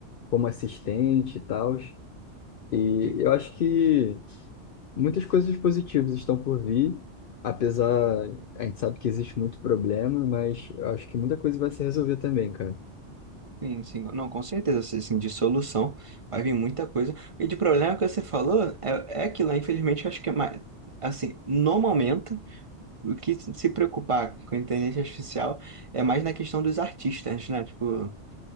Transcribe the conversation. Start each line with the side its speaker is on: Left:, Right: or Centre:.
Left: como assistente e tal. E
Right: Sim,
Left: eu acho que muitas coisas positivas estão por vir, apesar, a gente sabe que existe muito problema, mas eu acho que muita coisa vai se resolver também, cara.
Right: sim, sim. Não, com certeza, assim, assim, de solução vai vir muita coisa. E de problema que você falou, é, é que lá, infelizmente, eu acho que é mais, assim, no momento, o que se preocupar com a inteligência artificial é mais na questão dos artistas, né? Tipo,